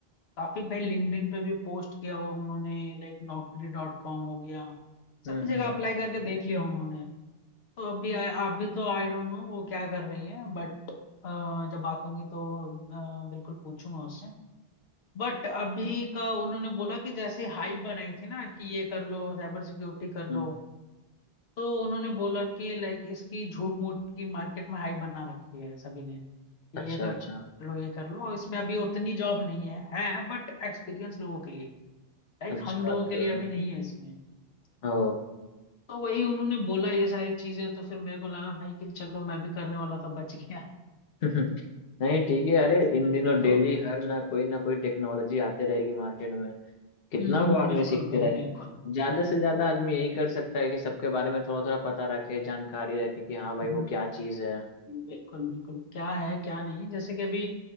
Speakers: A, on the left; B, on the left.
A: काफी भाई लिंक्डइन पे भी पोस्ट किया हुआ उन्होंने लाइक नौकरी डॉट कॉम हो गया
B: हम्म
A: सभी जगह
B: हम्म
A: अप्लाई
B: हम्म
A: करके देख लिया उन्होंने तो अभी आ, आप भी तो आई डोंट नो वो क्या कर रही हैं बट जब बात होगी तो अ, बिल्कुल पूछूंगा उससे बट अभी का उन्होंने बोला कि जैसे हाइप बनाई थी ना कि ये कर लो साइबर सिक्योरिटी कर लो
B: हम्म।
A: तो उन्होंने बोला कि लाइक इसकी झूठ मूठ की मार्केट में हाइप बना रखी है सभी ने कि
B: अच्छा
A: ये कर
B: अच्छा
A: लो ये कर लो इसमें अभी उतनी जॉब नहीं है है बट एक्सपीरियंस लोगों के लिए लाइक
B: अच्छा
A: हम लोगों
B: अच्छा
A: के लिए अभी नहीं है इसमें
B: ओ
A: तो वही उन्होंने बोला ये सारी चीजें तो फिर मेरे को लगा भाई कि चलो मैं भी करने वाला था बच गया
B: <laughs> नहीं ठीक है अरे इन दिनों
A: तो
B: डेली हर ना कोई ना कोई टेक्नोलॉजी आते रहेगी मार्केट में कितना
A: हम्म,
B: वो आदमी
A: बिल्कुल
B: सीखते
A: भाई
B: रहेगा
A: बिल्कुल
B: ज्यादा से ज्यादा आदमी यही कर सकता है कि सबके बारे में थोड़ा थोड़ा पता रखे जानकारी रखे कि हाँ भाई
A: हम्म,
B: वो क्या चीज है
A: बिल्कुल बिल्कुल क्या है क्या नहीं जैसे कि अभी